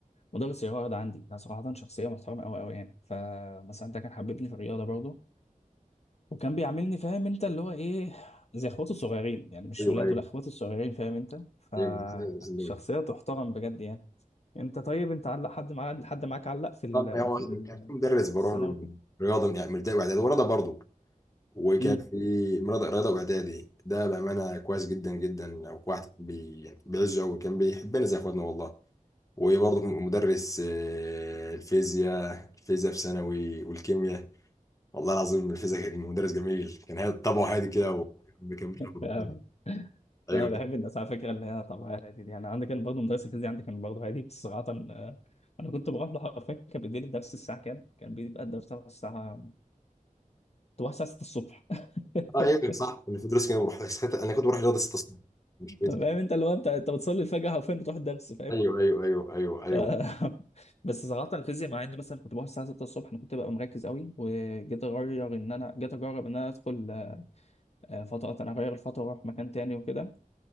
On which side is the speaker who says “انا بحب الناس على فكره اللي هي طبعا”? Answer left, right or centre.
Left